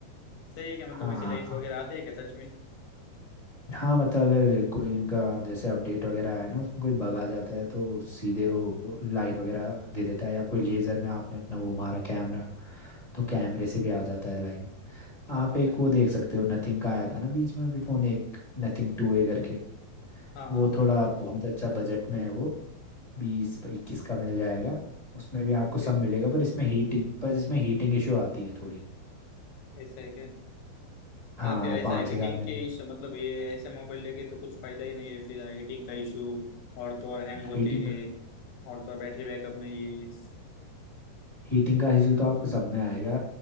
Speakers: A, on the left (about 85°); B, on the left (about 15°).
A: सही है क्या मतलब
B: हाँ
A: वैसे लाइन्स वगैरह आते हैं क्या सच में
B: हाँ मतलब अगर कोई इनका जैसे अपडेट वगैरह आया ना उसमें कोई बग आ जाता है तो सीधे वो लाइन वगैरह दे देता है या कोई लेज़र में आपने अपना वो मारा कैमरा तो कैमरे से भी आ जाता है लाइन आप एक वो देख सकते हो नथिंग का आया था ना बीच में अभी फ़ोन एक नथिंग टू ए करके
A: हाँ
B: वो
A: हाँ
B: थोड़ा बहुत अच्छा बजट में है वो बीस इक्कीस का मिल जाएगा उसमें भी आपको
A: ओके
B: सब मिलेगा पर इसमें हीटिंग पर इसमें हीटिंग इशू आती है थोड़ी
A: ऐसा है क्या
B: हाँ
A: या फिर ऐसा
B: पाँच
A: हीटिंग
B: हज़ार एम
A: के इश्यू मतलब ये ऐसे मोबाइल लेके तो कुछ फायदा ही नहीं है फिर हीटिंग का इशू और तो और हैंग होते
B: हीटिंग
A: हैं और तो और बैटरी बैकअप नहीं
B: हीटिंग का इशू तो आपको सब में आएगा